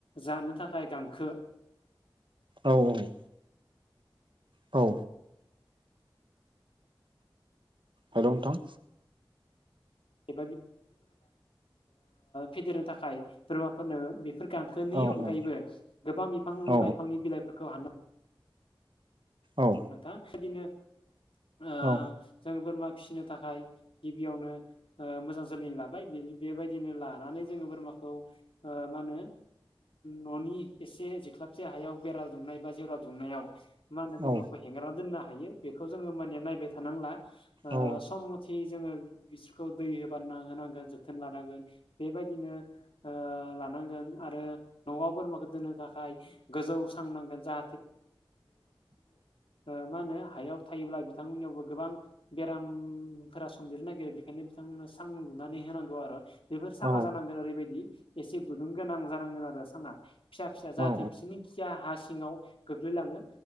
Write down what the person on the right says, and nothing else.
औ औ औ हेलौ नोंथां।
औ
औ
औ
औ।
औ
औ
औ
औ
औ